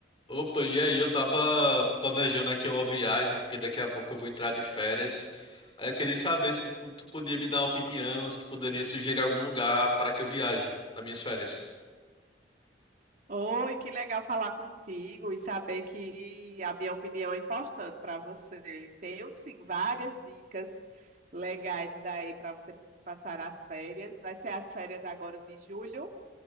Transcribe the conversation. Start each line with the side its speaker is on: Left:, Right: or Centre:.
Left: Opa, e aí? Eu tava planejando aqui uma viagem, porque daqui a pouco eu vou entrar de férias. Aí eu queria saber se tu, pu- tu podia me dar uma opinião, se tu poderia sugerir algum lugar para que eu viaje nas minhas férias.
Right: Oi, que legal falar contigo e saber que a minha opinião é importante para você. Tenho sim várias dicas legais aí para você passar as férias. Vai ser as férias agora de julho.